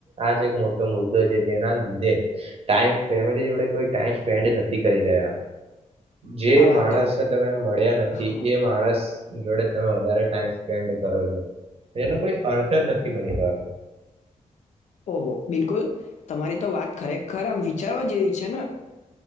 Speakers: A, on the right; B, on the left.
A: આ જ એક મોટો મુદ્દો છે જેના લીધે ટાઈમ ફેમિલી જોડે કોઈ ટાઈમ સપેડ નથી કરી રહ્યા જે
B: આ વાત
A: માણસને
B: તો
A: તમે મળ્યા નથી
B: હા.
A: એ માણસ જોડે તમે વધારે ટાઈમ સ્પેન્ડ કરો છો એનો કોઈ અર્થ જ નથી બની રહ્યો.
B: ઓહો બિલકુલ તમારી તો વાત ખરેખર આમ વિચારવા જેવી છે ને